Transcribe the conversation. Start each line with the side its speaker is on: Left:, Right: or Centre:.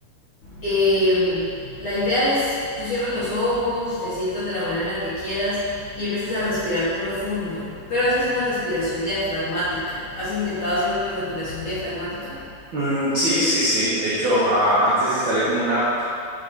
Left: em, la idea es, tú cierras los ojos, te sientas de la manera en la que quieras y empiezas a respirar profundo, pero haces una respiración diafragmática. ¿Has intentado hacer una respiración diafragmática?
Right: Mm, sí, sí, sí. De hecho, a- antes instalé como una app